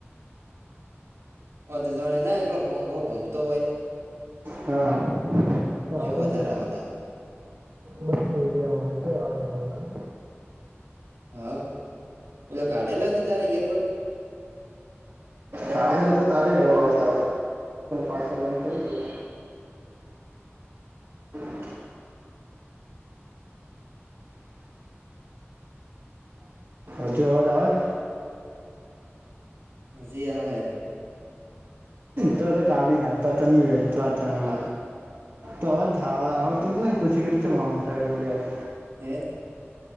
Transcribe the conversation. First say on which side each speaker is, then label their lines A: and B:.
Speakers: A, on the right; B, on the right.
A: ઓ તો જાણે ના એકલો પંખો ભમતો હોય.
B: હા હા
A: જો
B: હ તોું.
A: વધારે અવાજ આવે
B: બને એરિયામાં હોય તો આવેવાજ.
A: હા ઓલા કાઢેલા નથી તારેા ઈયરબડ.
B: કાઠેલા તો તારે હ હ પા બંધ કરી દઉ. <inaudible> હજુ અવાજ આવે.
A: હજી છે.
B: તો તો કાવી ના તો તો નની ભે વાત મ. તોવાજ ધા આવ તો જ નહી પછી કર છે મામ સાહેબ રોડ.
A: હ.